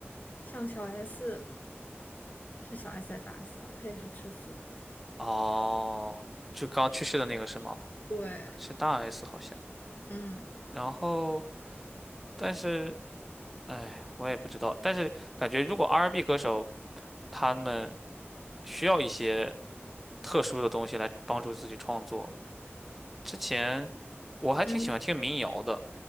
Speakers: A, on the left; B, in the centre.
A: 像小 S 是小 S 还是大 S 啊？她也是吃素。
B: 哦，就刚去世的那个是吗？
A: 对，
B: 是大 S 好像。
A: 嗯
B: 然后，但是，哎，我也不知道。但是感觉如果 R&B 歌手他们需要一些特殊的东西来帮助自己创作，之前我还挺喜欢听民谣的。
A: 嗯。